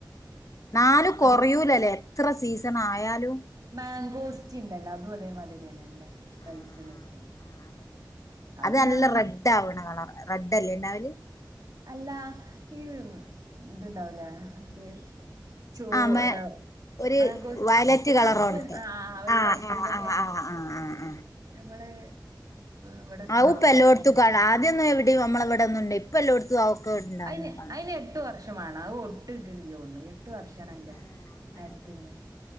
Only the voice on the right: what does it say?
അതെ
മാംഗോസ്റ്റിനുണ്ടല്ലോ അതും അതേമാതിരിയന്ന അല്ലെ റേറ്റ്
ഉള്ള
ഐറ്റാണ്
പിന്നെ
അങ്ങ്
അല്ലാ ഈ ഇതുണ്ടാവൂലേ ഒരു ചോ
അല്ല
മംഗോസ്
കറുപ്പ്
ആ ഒരു
കറുപ്പിന്റെ
ഒക്കെ
നമ്മളെ ഇവിടൊക്കെ
ഉണ്ടാവൂല്ലോ
ഒരു
അയിന്
അയിന് എട്ട് വർഷമാണ് അത് ഒട്ട് കിട്ടിണിലൊന്ന് എട്ടു വർഷാണ് അയിന്റെ
മരത്തിന്റെ